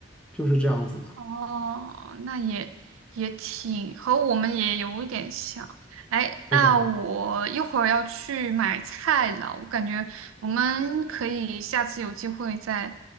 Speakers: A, in the centre; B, on the right.
A: 就是这样子的，
B: 哦，那也也挺和我们也有一点像。哎，
A: 对吧？
B: 那我一会儿要去买菜了，我感觉我们可以下次有机会再